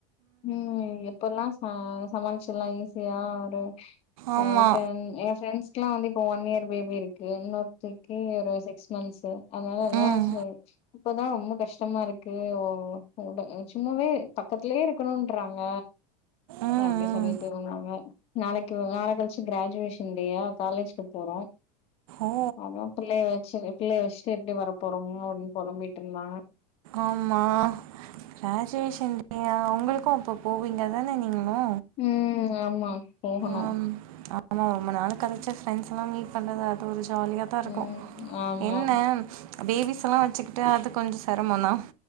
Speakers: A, on the left (about 30°); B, on the right (about 65°).
A: ம் எப்பல்லா ச சமாளிச்சில்லா ஈஸியா ஒரு
B: ஆமா.
A: காட்டன் ஏ ஃப்ரெண்ஸ்கலா வந்து இப்போ ஒன் இயர் பேபி இருக்கு இன்னொருத்திக்கி ஒரு சிக்ஸ் மந்ஸு அதனால எல்லா
B: ம்.
A: சொ இப்பதா ரொம்ப கஷ்டமா இருக்கு ஒ ட சும்மாவே பக்கத்திலே இருக்கணுன்றாங்க
B: ம். ம்.
A: அப்டி சொல்லிட்டு வந்தாங்க நாளைக்கு நாளை கழிச்சு கிராஜுவேஷன்ல்லயா காலேஜ்ஜிக்கு போறோ
B: ஓ!
A: அதா பிள்ளைய வச்சி பிள்ளைய வச்சிட்டு எப்டி வர போறோன் அப்டின் பொலம்பிட்டிருந்தாங்க
B: ஆமா கிராஜிவேஷன் அ வுங்ளுக்கு அப்போ போவீங்கதானே நீங்களு
A: ம் ஆமா போகணு
B: ஆம் ஆமா ரொம்ப நாள் கழிச்சி ஃரெண்ட்ஸல்லா மீட் பண்றது அது ஒரு ஜாலியா ப்பா இருக்கு
A: ம் ஆமா
B: என்ன பேபிஸ்ல்லா வச்சிக்கிட்டு அது கொஞ்ச செரமந்தா